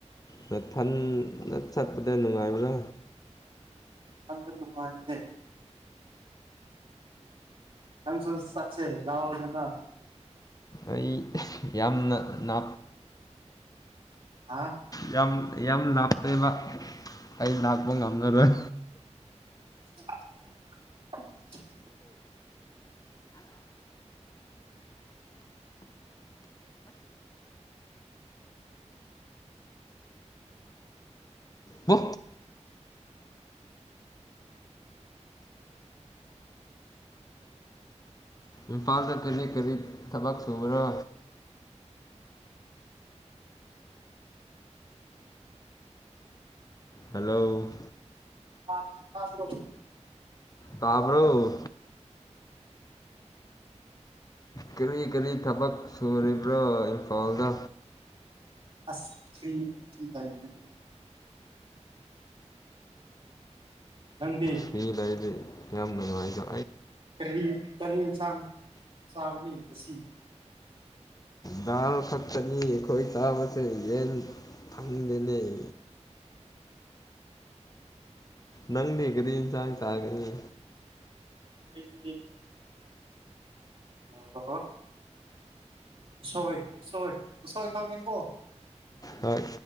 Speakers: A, on the left; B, on the right.
A: ꯃꯊꯟꯗ ꯆꯠꯄꯗꯣ ꯅꯨꯡꯉꯥꯏꯕ꯭ꯔꯥ
B: ꯏꯊꯟꯇꯥ ꯅꯨꯡꯉꯥꯏꯇꯦ ꯅꯥꯪꯁꯨ ꯆꯠꯁꯦ ꯂꯥꯛꯑꯣ ꯗꯅꯥ
A: ꯑꯩ ꯌꯥꯝꯅ ꯅꯥ
B: ꯍꯥ
A: ꯌꯥꯝ ꯌꯥꯝ ꯂꯞꯄꯦꯕꯥ ꯑꯩ ꯂꯥꯛꯄ ꯉꯝꯃꯔꯣꯏ
B: <unintelligible>
A: ꯄꯣ ꯏꯝꯐꯥꯜꯗ ꯀꯔꯤ ꯀꯔꯤ ꯊꯕꯛ ꯁꯨꯕꯔꯥ ꯍꯜꯂꯣ
B: ꯑꯥ ꯑꯗꯨ꯭ꯔꯣ
A: ꯇꯕꯔ ꯀꯔꯤ ꯀꯔꯤ ꯊꯕꯛ ꯁꯨꯔꯤꯕ꯭ꯔꯣ ꯏꯝꯐꯥꯜꯗ
B: ꯑꯁ ꯐ ꯑꯗꯨꯝ ꯂꯏꯅꯦ ꯅꯪꯗꯤ
A: ꯁꯤ ꯂꯩꯔꯤꯁꯦ ꯌꯥꯝ ꯅꯨꯡꯉꯥꯏꯖ
B: ꯀꯔꯤ ꯇꯔꯤ ꯏꯟꯁꯥꯡ ꯁꯥꯒꯅꯤ ꯂꯁꯤ
A: ꯗꯥꯔ ꯈꯛꯇꯅꯤ ꯑꯩꯈꯣꯏ ꯆꯥꯕꯁꯦ ꯌꯦꯟ ꯐꯥꯡꯃꯦ ꯂꯩ ꯅꯪꯂꯤ ꯀꯔꯤꯟ ꯆꯥꯡ ꯀꯥꯒꯅꯤ
B: ꯑꯩꯗꯤ ꯑ ꯍ ꯎꯁꯣꯏ ꯎꯁꯣꯏ ꯎꯁꯣꯏ ꯈꯪꯉꯦ ꯏ ꯄꯣ
A: ꯍꯣꯏ